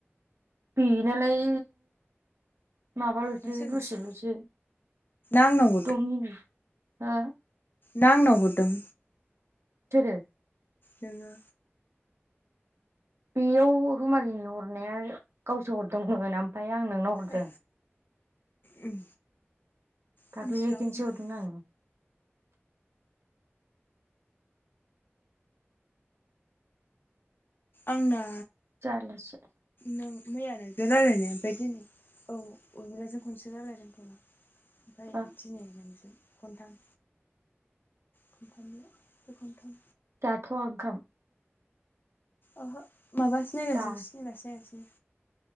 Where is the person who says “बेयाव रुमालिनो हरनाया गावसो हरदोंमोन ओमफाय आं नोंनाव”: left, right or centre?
Right